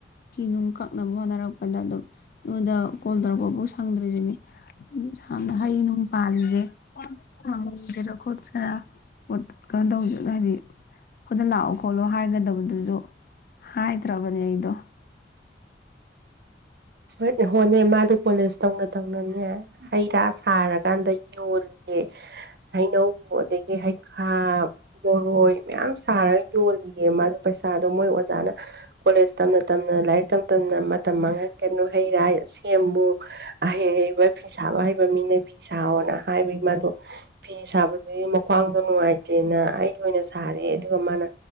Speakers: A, on the left; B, on the right.
A: ꯐꯤ ꯅꯨꯡ ꯀꯛꯅꯕ ꯍꯣꯠꯅꯔꯛꯄꯗ ꯑꯗꯨꯝ ꯅꯉꯣꯟꯗ ꯀꯣꯜ ꯇꯧꯔꯛꯄꯐꯥꯎ ꯁꯪꯗ꯭ꯔꯤꯁꯤꯅꯦ ꯑꯗꯨ ꯁꯝꯅ ꯍꯩ ꯅꯨꯡ ꯄꯥꯜꯂꯤꯁꯦ ꯁꯅ ꯎꯁꯤꯔꯥ ꯈꯣꯠꯁꯤꯔ ꯑꯣꯠ ꯀꯥꯟꯗꯧꯖ ꯍꯥꯏꯗꯤ ꯈꯨꯣꯏꯗ ꯂꯥꯛꯑꯣ ꯈꯣꯠꯂꯣ ꯍꯥꯏꯒꯗꯕꯗꯨꯁꯨ ꯍꯥꯏꯗ꯭ꯔꯕꯅꯦ ꯑꯩꯗꯣ <inaudible>
B: ꯍꯣꯏ ꯍꯣꯅꯦ ꯃꯥꯗꯨ ꯀꯣꯂꯦꯖ ꯇꯧꯅ ꯇꯧꯅ ꯍꯩ ꯔꯥ ꯁꯥꯔꯀꯥꯟꯗ ꯌꯣꯜꯂꯤꯌꯦ ꯍꯩꯅꯧ ꯑꯗꯒꯤ ꯍꯩꯈꯥ ꯕꯣꯔꯣꯏ ꯃꯌꯥꯝ ꯁꯥꯔꯒ ꯌꯣꯜꯂꯤꯌꯦ ꯃꯥꯗ ꯄꯩꯁꯥꯗꯣ ꯃꯣꯏ ꯑꯣꯖꯥꯅ ꯀꯣꯂꯦꯖ ꯇꯝꯅ ꯇꯝꯅ ꯂꯥꯏꯔꯤꯛ ꯇꯝꯅ ꯇꯝꯅ ꯇꯃꯉꯥ ꯀꯩꯅꯣ ꯍꯩ ꯔꯥ ꯁꯤ ꯑꯦꯝꯕꯨ ꯑꯍꯩ ꯑꯍꯩ ꯐꯤ ꯁꯥꯕ ꯍꯩꯕ ꯃꯤꯅ ꯐꯤ ꯁꯥꯑꯣꯣꯅ ꯍꯥꯏꯕꯒꯤ ꯃꯥꯗꯣ ꯐꯤ ꯁꯥꯕꯗꯨꯗꯤ ꯃ꯭ꯋꯥꯡꯗꯣ ꯅꯨꯡꯉꯥꯏꯇꯦꯅ ꯑꯩ ꯑꯣꯏꯅ ꯁꯥꯔꯦ ꯑꯗꯨꯒ ꯃꯥꯅ